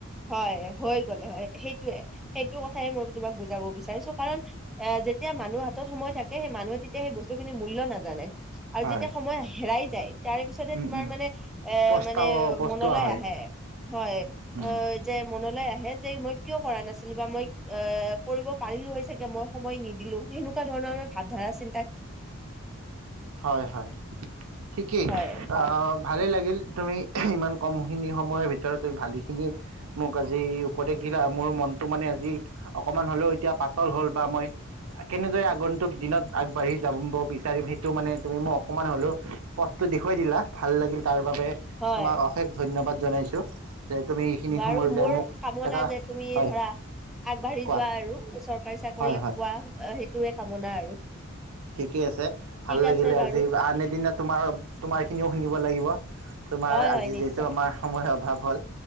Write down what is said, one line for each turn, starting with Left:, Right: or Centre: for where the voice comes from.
Centre: হয় হৈ গ'ল হয়। সেইটোয়ে সেইটো কথাই মই তোমাক বুজাব বিচাৰিছো কাৰণ এ যেতিয়া মানুহৰ হাতত সময় থাকে সেই মানুহে তেতিয়া সেই বস্তুখিনি মূল্য নাজানে। আৰু
Right: হয়
Centre: যেতিয়া সময় হেৰাই যায় তাৰে পিছতহে
Right: উম
Centre: তোমাৰ
Right: উম
Centre: মানে এ
Right: পস্তাৱ
Centre: মানে
Right: পস্তোৱা
Centre: মনলৈ
Right: হয়
Centre: আহে। হয়
Right: উম
Centre: অ যে মনলৈ আহে যে মই কিয় কৰা নাছিলো বা মই এ কৰিব পাৰিলো হয় চাগে মই, সময় নিদিলো সেনেকুৱা ধৰণৰ ভাৱধাৰা চি
Right: হয় হয় ঠিকেই
Centre: হয়,
Right: অ ভালেই লাগিল তুমি ইমান কমখিনি সময়ৰ ভিতৰত তুমি ভালেখিনি- মোক আজি উপদেশ দিলা মোৰ মনটো মানে আজি অকমান হ'লেও এতিয়া পাতল হ'ল বা মই। কেনেদৰে আগন্তুক দিনত। আগবাঢ়ি যাম ব বিচাৰিম সেইটো মানে তুমি মোক অকণমান হ'লেও পথটো দেখুৱাই দিলা ভাল লাগিল তাৰ বাবে।
Centre: হয়।
Right: তোমাক অশেষ ধন্যবাদ জনাইছো যে তুমি এইখিনি
Centre: বাৰু
Right: সময় উলিয়াই
Centre: মোৰ
Right: মোক
Centre: কামনা
Right: এটা
Centre: যে তুমি
Right: হয়
Centre: ধৰা আগবাঢ়ি
Right: কোৱা
Centre: যোৱা আৰু চৰকাৰী চাকৰি
Right: হয়
Centre: পোৱা
Right: হয়
Centre: সেইটোয়ে কামনা আৰু।
Right: ঠিকে আছে ভাল
Centre: ঠিক
Right: লাগিলে
Centre: আছে বাৰু
Right: আজি আনদিনা তোমাৰ তোমাৰ খিনি শুনিব লাগিব। তোমাৰ
Centre: হয় হয়
Right: আজি
Centre: নিশ্চয়
Right: যিহেতু আমাৰ সময় অভাৱ হ'ল,